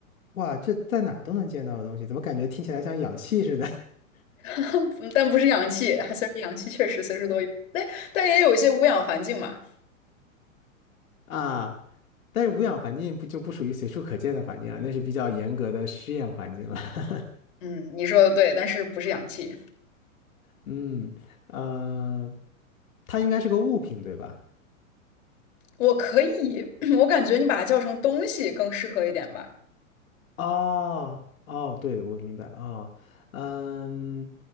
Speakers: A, on the left; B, on the left.
A: 哇，这在哪儿都能见到的东西，怎么感觉听起来像氧气似的 <laughs>
B: <laughs> 但不是氧气，虽然氧气确实随时都有，但但也有一些无氧环境嘛。
A: 啊？但是无氧环境不就不属于随处可见的环境了，那是比较严格的试验环境了。<laughs>
B: 嗯，你说的对，但是不是氧气。
A: 嗯，呃，它应该是个物品，对吧？
B: 我可以，<clears throat> 我感觉你把它叫成东西更适合一点吧。
A: 哦哦，对，我明白啊，嗯，